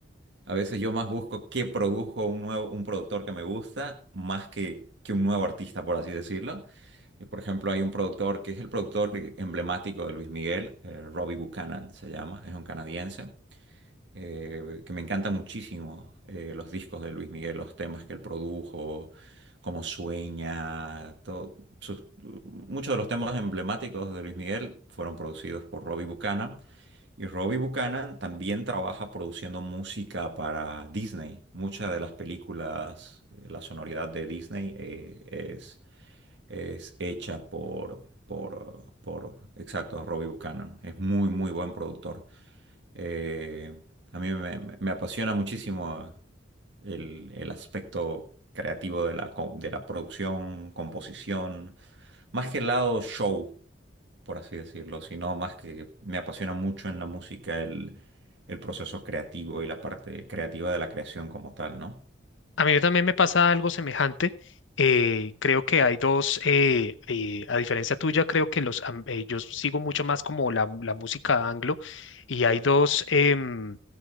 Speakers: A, on the right; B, on the left.
A: A veces yo más busco qué produjo un nuevo, un productor que me gusta, más que, que un nuevo artista, por así decirlo. Y, por ejemplo, hay un productor que es el productor emblemático de Luis Miguel, eh, Robbie Buchanan se llama, es un canadiense eh, que me encantan muchísimo eh, los discos de Luis Miguel, los temas que él produjo, cómo sueña, todo, sus- muchos de los temas emblemáticos de Luis Miguel fueron producidos por Robbie Buchanan. Y Robbie Buchanan también trabaja produciendo música para Disney. Muchas de las películas, eh, la sonoridad de Disney eh, es es hecha por, por, por, exacto, Robbie Buchanan. Es muy, muy buen productor. Eh, a mí me, me- me apasiona muchísimo el, el aspecto creativo de la, co- de la producción, composición, más que el lado show, por así decirlo, sino más que me apasiona mucho en la música el, el proceso creativo y la parte creativa de la creación como tal, ¿no?
B: A mí también me pasa algo semejante. eh, creo que hay dos, eh, eh, a diferencia tuya, creo que los, am- eh, yo sigo mucho más como la, mu- la música anglo y hay dos, em,